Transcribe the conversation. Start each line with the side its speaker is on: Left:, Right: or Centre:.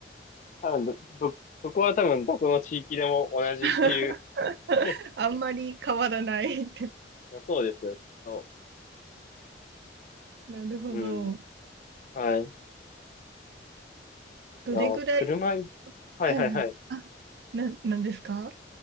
Left: 多分ど、ど、そこは多分どこの地域でも同じっていう
Right: <laughs>
Left: <laughs> い
Right: あんまり変わらない。
Left: やそうですよ、きっと。
Right: なるほど。
Left: うん。はい。いや、
Right: どれぐらい、
Left: 車い、はいはいはい。
Right: はいはい。あな、なんですか